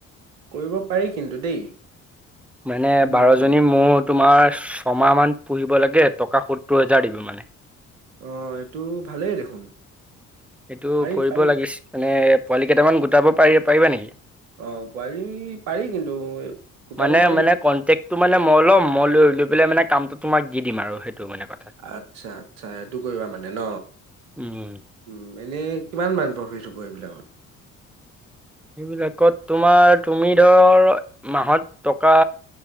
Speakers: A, on the right; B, in the centre.
A: কৰিব পাৰি কিন্তু দেই।
B: মানে
A: উম,
B: বাৰ জনী মহ তোমাৰ ছমাহ মান পুহিব লাগে টকা সত্তৰ হেজাৰ দিব মানে
A: অ এইটো ভালেই দেখোন
B: সেইটো
A: পাৰি
B: কৰিব
A: পাৰি
B: লাগিছিল মানে পোৱালি কেইটামান গোটাব পাৰি পাৰিবা নেকি
A: অ' পোৱালি পাৰি কিন্তু গোটাব
B: মানে
A: পাৰি।
B: মানে কন্টেকটো মানে মই লম মই লৈলো বোলে মানে কামটো তোমাক দি দিম আৰু সেইটো মানে কথা
A: আচ্ছা আচ্ছা সেইটো কৰিবা মানে ন
B: উম।
A: উম মানে কিমান মান প্ৰফিট হ'ব এইবিলাকত
B: সেইবিলাকত তোমাৰ তুমি ধৰ মাহত টকা